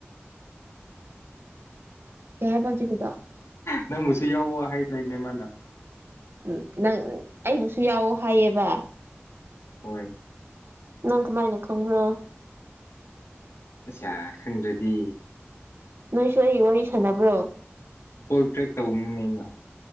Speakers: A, on the right; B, on the left.
A: ꯀꯩ ꯍꯥꯏꯕ ꯍꯧꯖꯤꯛꯀꯤꯗꯣ
B: ꯅꯪꯕꯨꯁꯨ ꯌꯥꯎꯑꯣ ꯍꯥꯏꯗꯥꯏꯅꯦ ꯃꯥꯅ
A: ꯎꯝ ꯅꯪ ꯑꯩꯕꯨꯁꯨ ꯌꯥꯎꯑꯣ ꯍꯥꯏꯌꯦꯕ
B: ꯍꯣꯏ
A: ꯅꯪ ꯀꯃꯥꯏꯅ ꯈꯪꯕ꯭ꯔꯣ
B: ꯑꯁꯥ ꯈꯪꯗ꯭ꯔꯗꯤ
A: ꯅꯣꯏꯁꯨ ꯑꯩꯒꯤ ꯋꯥꯔꯤ ꯁꯥꯟꯅꯕ꯭ꯔꯣ
B: ꯀꯣꯜ ꯇ꯭ꯔꯦꯛ ꯇꯧꯕꯅꯤꯅꯦ ꯑꯩꯅ